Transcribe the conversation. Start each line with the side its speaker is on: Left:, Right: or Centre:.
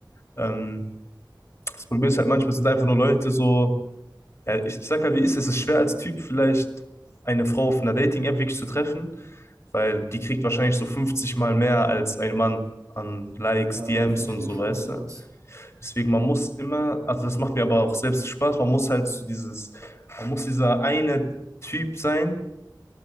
Left: Ähm, das Problem ist halt manchmal sind einfach nur Leute so. Ja, ich sag halt, wie ist es? Es ist schwer als Typ vielleicht eine Frau auf einer Dating-App wirklich zu treffen, weil die kriegt wahrscheinlich so 50 Mal mehr als ein Mann an Likes,
Right: Ja,
Left: DMs
Right: ich verstehe
Left: und so,
Right: schon,
Left: weißt
Right: was du
Left: du?
Right: meinst.
Left: Deswegen, man muss immer, also das macht mir aber auch selbst Spaß, man muss halt so dieses, man muss dieser eine Typ sein,